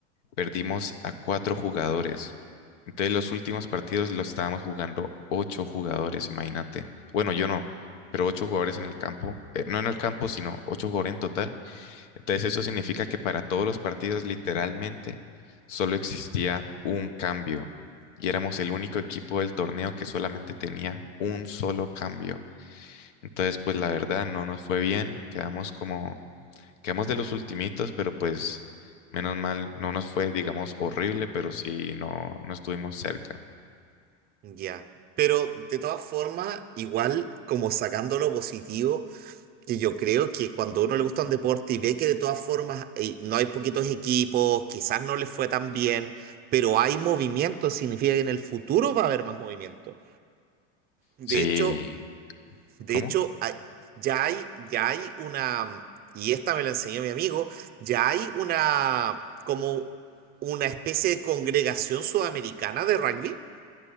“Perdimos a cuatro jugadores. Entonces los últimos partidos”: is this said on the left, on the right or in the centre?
Left